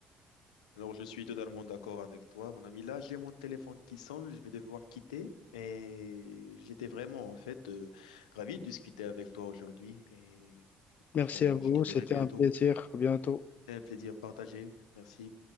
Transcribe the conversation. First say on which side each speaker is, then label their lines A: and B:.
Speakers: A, on the left; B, on the left.
A: Alors, je suis totalement d'accord avec toi, mon ami. Là, j'ai mon téléphone qui sonne, je vais devoir quitter. Et j'étais vraiment, en fait, euh, ravi de discuter avec toi aujourd'hui. Et
B: Merci
A: je,
B: à vous,
A: je te dirai
B: c'était
A: bientôt.
B: un plaisir. À bientôt.
A: Un plaisir partagé. Merci.